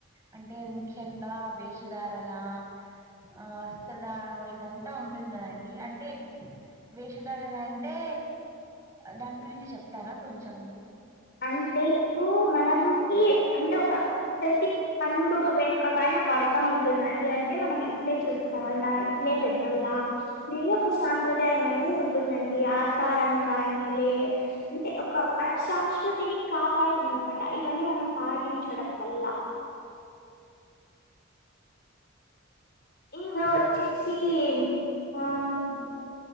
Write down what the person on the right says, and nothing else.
అంటే ముఖ్యంగా వేషధారణ ఆ వస్త్రధారం అదంతా ఉంటుంది కదండి అంటే వేషధారన అంటే దాని గురించి చెప్తారా కొంచెం
హ్మ్.
అంటే ఇప్పుడు